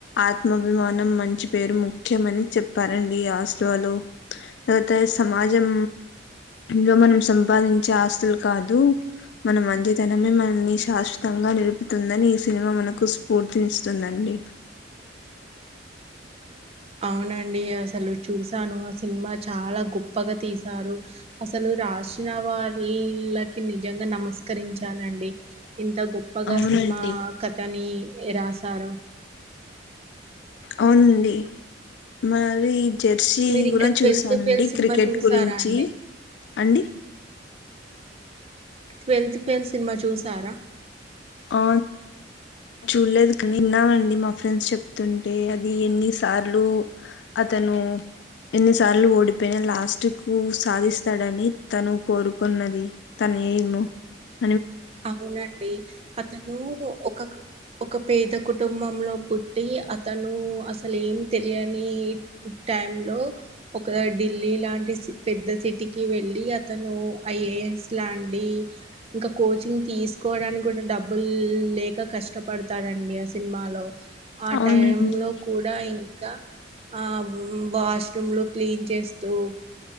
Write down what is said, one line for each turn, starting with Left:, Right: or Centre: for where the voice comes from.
Left: ఆత్ ఆత్మాభిమానం మంచి పేరు ముఖ్యమని చెప్పారండి ఆ సినిమాలో పోతే సమాజం లో మనం సంపాదించే ఆస్తులు కాదు మన మంచితనమే మనల్ని శాశ్వతంగా నిలుపుతుందని ఈ సినిమా మనకు స్ఫూర్తినిస్తుందం డి
Right: అవునండి అసలు చూసాను ఆ సినిమా చాలా గొప్పగా తీసారు అసలు రాసిన వాళ్ళకి నిజంగా నమస్కరించాలండి ఇంత గొప్పగా
Left: అవునండి
Right: సినిమా కథని రాశారు
Left: అవునండి మరి జెర్సీ
Right: మీరు
Left: కూడా
Right: ఇంకా ట్వెల్త్
Left: చూసానండి
Right: ఫెయిల్ సినిమా
Left: క్రికెట్
Right: చూసారా
Left: గురించి
Right: అండి
Left: అండి
Right: ట్వెల్త్ ఫెయిల్ సినిమా చూసారా
Left: ఆ చూడలేదు కానీ విన్నానండి మా ఫ్రెండ్స్ చెప్తుంటే అది ఎన్ని సార్లు అతను ఎన్ని సార్లు ఓడిపోయినా లాస్ట్ కు సాధిస్తాడని తను కోరుకున్నది తన్ మేము
Right: అవునండి అతను ఒకక్ ఒక పేద కుటుంబంలో పుట్టి అతను అసలు ఏం తెలియని టైమ్ లో ఒక ఢిల్లీ లాంటి పెద్ద సిటీకి వెళ్ళి అతను అయ్యే స్లాండి ఇంకా కోచింగ్ తీసుకోవడానికి గూడా డబ్బులు లేక కష్టపడతాడండి ఆ సినిమాలో ఆ
Left: అవునండి
Right: టైం లో కూడా ఇం కా ఆ వాష్ రూములు క్లీన్ చేస్తూ